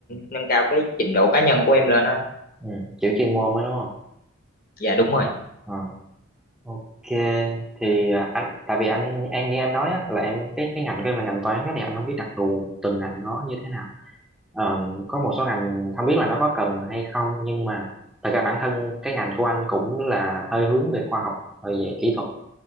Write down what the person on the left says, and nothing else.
nâng cao cái trình độ cá nhân của em lên á
dạ đúng rồi